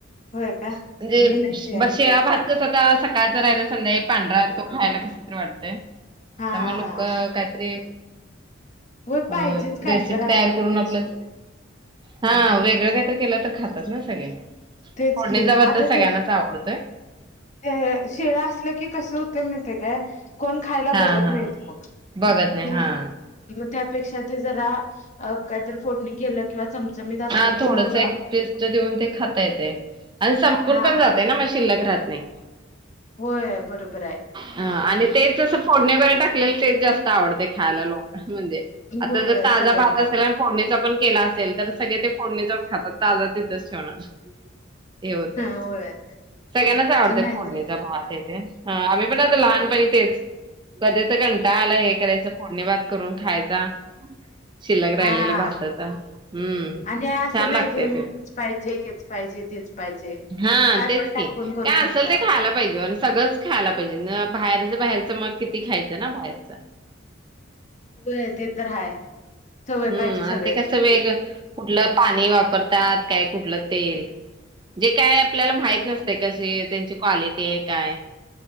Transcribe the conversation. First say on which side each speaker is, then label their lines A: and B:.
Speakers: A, on the left (about 40°); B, on the right (about 25°).
A: होय का
B: म्हणजे
A: मी नाही ते आणि
B: शिळा
A: कधी
B: भात
A: टाकलं
B: कस आता सकाळचं पाहिला संध्याकाळी पांढरा तो खायला कस तरी वाटतय
A: हा
B: तर मग लोक काहीतरी
A: होय पाहिजेच
B: अ
A: काय
B: रेसिपी
A: तर असलं
B: तयार करून
A: त्याशिवाय
B: आपलं हा वेगळं काहीतर केलं तर खातात ना सगळे.
A: तेच
B: फोडणीचा
A: की
B: भात
A: आता
B: तर सगळ्यांनाच
A: ते
B: आवडतोय
A: ते हे शिळा असलं की कसं होतय माहितीये काय कोण खायला
B: हा
A: बघत
B: हा
A: नाहीत मग.
B: बघत नाही हा.
A: मग मग त्यापेक्षा ते जरा काहीतर फोडणी केलं किंवा चमचमीत असलं
B: हा
A: की
B: थोडस
A: मग
B: एक पेस्ट देऊन ते खाता येतय‌. आणि संपून
A: हा
B: पण जातय ना मग शिल्लक राहात नाही.
A: होय बरोबर हाय.
B: ह आणि तेच असं फोडणे वगैरे टाकलेलं तेच जास्त आवडते खायला लोक म्हणजे
A: हो,
B: आता
A: होय
B: जर ताजा
A: सगळ्यांना
B: भात असला फोडणीचा पण केला असेल तर सगळे ते फोडणीचाच खातात ताजा तिथंच ठेवणार. हे होतय,
A: होय
B: सगळ्यांनाच आवडतंय
A: नाही
B: फोडणीचा
A: तर
B: भात आहे हे ते. हा आम्ही पण आता लहानपणी तेच कधी तर कंटाळा आला हे करायचं. फोडणी भात करून खायचा. शिल्लक राहिलेला
A: हा
B: भाताचा हम्म
A: आणि असं
B: छान
A: नाही
B: लागतय
A: की हेच
B: ते.
A: पाहिजे हेच पाहिजे तेच पाहिजे.
B: हा
A: काय
B: तेच
A: पण काय
B: की
A: पण करू
B: काय
A: शकतोय
B: असल ते
A: आपण
B: खायां लाग पाहिजे आणि सगळंच खायला पाहिजे न बाहेरच बाहेरच मग किती खायचं ना बाहेरच.
A: व्हय ते तर हाय. सवय
B: हम्म
A: पाहिजे सगळ्याची
B: ते कसं वेग कुठलं पाणी वापरतात काय कुठलं तेल. जे काय आपल्याला माहित नसते कशी त्यांची क्वालिटी हाय काय.